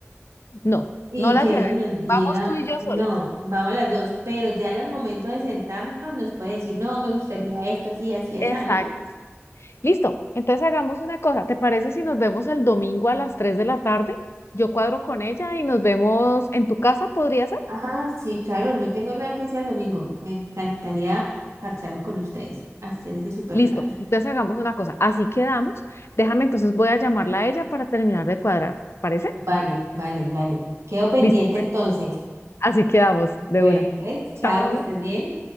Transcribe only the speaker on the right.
Y
que
ella nos diga,
no,
vamos las dos, pero ya al momento de sentarnos nos puede decir, no, me gustaría esto, así, así, así,
¿no?
Ah, sí, claro, no tengo nada que hacer el domingo. Me encantaría parcharme con ustedes, hacer ese super
plan.
Vale, vale, vale. Quedo pendiente
entonces.
Bueno,
pues, chao,
que estés bien.